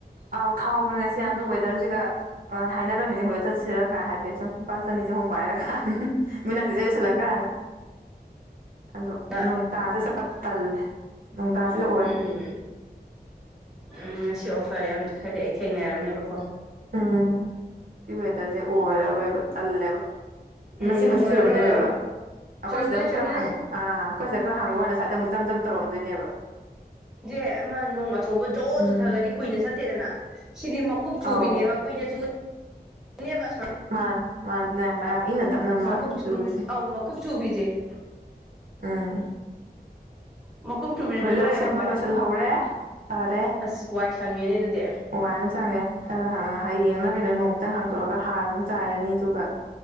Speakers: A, on the right; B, in the centre.
A: ꯑꯧ ꯊꯥꯎꯕꯅꯦ ꯉꯁꯤ ꯑꯗꯣ ꯋꯦꯗꯔꯁꯤꯒ ꯑꯥ ꯍꯥꯏꯅꯔꯝꯃꯤꯅꯦ ꯍꯣꯏ ꯆꯠꯁꯤꯔ ꯀꯥꯏ ꯍꯥꯏꯐꯦꯠ ꯁꯨꯝ ꯂꯨꯄꯥ ꯆꯅꯤ ꯆꯍꯨꯝ ꯄꯥꯏꯔꯒꯥꯟ <unintelligible> ꯃꯤꯅꯥꯛꯁꯤꯖꯦ ꯑꯣꯏꯁꯤꯂꯒꯥꯅ
B: <inaudible>
A: ꯑꯗꯣ
B: ꯑ
A: ꯅꯣꯡꯇꯥꯗꯤ ꯁꯄꯠ ꯇꯜꯂꯦ ꯅꯣꯡꯇꯥꯗꯤꯗꯣ
B: ꯎꯝ ꯎꯝ ꯉꯁꯤ ꯑꯣꯐꯔ ꯌꯥꯝ ꯈꯔꯗꯤ ꯑꯩ ꯊꯦꯡꯅꯔꯝꯃꯦꯕꯀꯣ
A: ꯎꯝ ꯁꯤ ꯋꯦꯗꯔꯁꯦ ꯑꯣꯏꯔꯔꯣꯏꯕ ꯇꯜꯂꯦꯕ
B: ꯎꯝ
A: ꯃꯆꯤ ꯃꯆꯤ
B: ꯑꯣꯏꯔꯔꯣꯏ
A: ꯆꯨꯔꯝꯗꯣꯏꯅꯦꯕ
B: ꯑꯣꯏꯔꯔꯣꯏ
A: ꯑꯈꯣꯏ
B: ꯆꯨꯝꯗꯣꯏꯅꯤ
A: ꯁꯤꯗ ꯑꯃꯨꯛ
B: ꯆꯨꯝꯗꯣꯏꯅꯤ
A: ꯈꯔ ꯍꯥꯡꯉ ꯑꯥ ꯈꯣꯏ ꯁꯤꯗ ꯈꯔ ꯍꯥꯡꯕ ꯋꯥꯅꯦ ꯁ꯭ꯋꯥꯏꯗ ꯑꯃꯨꯛ ꯖꯝ ꯖꯝ ꯇꯧꯔꯝꯗꯣꯏꯅꯦꯕ
B: ꯖꯦ ꯑꯃ ꯅꯣꯡ ꯑꯆꯧꯕ ꯖꯣ
A: ꯎꯝ
B: ꯆꯨꯊꯈ꯭ꯔꯗꯤ ꯀꯨꯏꯅ ꯆꯠꯇꯦꯗꯅ ꯁꯤꯗꯤ ꯃꯀꯨꯞ ꯆꯨꯕꯤꯅꯦ
A: ꯑꯧ
B: <unintelligible>
A: <unintelligible> ꯇꯞꯅ
B: ꯃꯀꯨꯞ
A: ꯃꯥ ꯆꯨꯔꯤ
B: ꯑꯧ ꯃꯀꯨꯞ ꯆꯨꯕꯤꯖꯦ
A: ꯎꯝ
B: ꯃꯀꯨꯞ ꯆꯨꯕꯤꯖꯦ
A: ꯈꯣꯏ
B: ꯕꯦꯔꯥ
A: ꯂꯧ
B: ꯌꯥꯝ
A: ꯁꯦꯝꯕ
B: ꯀꯥꯏ
A: ꯂꯣꯏꯁꯤꯜꯍꯧꯔꯦ ꯐꯔꯦ
B: ꯑꯁ ꯋꯥꯏ ꯁꯪꯉꯦꯅꯦ ꯑꯗꯨꯗꯤ
A: ꯋꯥꯏ ꯑꯝ ꯁꯪꯉꯦ ꯈꯔ ꯍꯥꯟꯅ ꯍꯌꯦꯡꯂꯥ ꯀꯩꯅꯣ ꯅꯣꯡ ꯈꯤꯇꯪ ꯍꯥꯡꯇꯣꯔꯑꯒ ꯍꯥꯔ ꯑꯃꯨꯛ ꯆꯥꯏꯔꯅꯤ ꯑꯗꯨꯒ